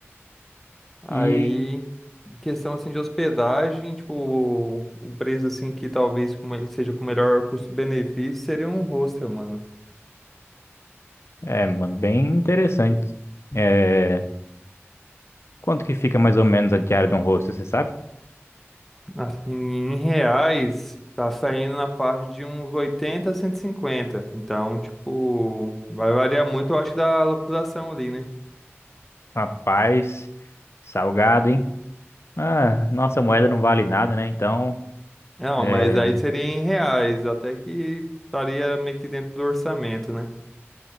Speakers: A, in the centre; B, on the left.
A: Aí,
B: E
A: em questão assim de hospedagem, tipo, o preço assim que talvez com- seja com o melhor custo-benefício seria um hostel, mano.
B: é, mano, bem interessante. É, quanto que fica mais ou menos a diária de um rosto, você sabe?
A: Assim, em reais, tá saindo na faixa de uns 80 a cento e cinquenta Então, tipo, vai variar muito, eu acho, da localização ali, né?
B: Rapaz, salgado, hein? Ah, nossa moeda não vale nada, né? Então,
A: Não,
B: é,
A: mas aí seria em reais, até que estaria meio que dentro do orçamento, né?